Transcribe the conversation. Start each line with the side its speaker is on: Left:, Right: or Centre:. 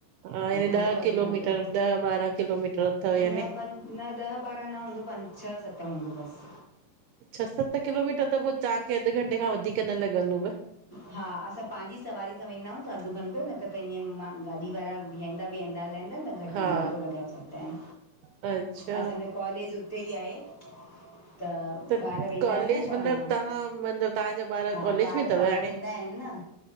Right: हा
Left: हिकु
Right: ॾह
Left: अधु
Right: किलोमीटर
Left: घंटो
Right: ॾह ॿारह किलोमीटर। अथव यानी।
Left: न पंज न ॾह ॿारहं न हूंदो पंज छह सत हूंदो बस।
Right: छह सत किलोमीटर त पो तांखे अध घंटे खां वधीक केन लगंदो।
Left: हा असां पांजी सवारी सां वेंदा आयूं त अध घंटो न त त ईअं मां गाॾी वारा बीहांदा वेहंदा लहेदां न घं
Right: हा
Left: घंटो लॻाए छॾींदा एन।
Right: अच्छा।
Left: असांजो कॉलेज उते ई आहे त।
Right: त
Left: ॿार वेंदा
Right: कॉलेज
Left: आहिनि न पढ़णु
Right: मतलबु तव्हां मतलबु तव्हांजा ॿार
Left: हा
Right: कॉलेज में तव।
Left: पढ़णु
Right: हाणे
Left: वेंदा आहिनि न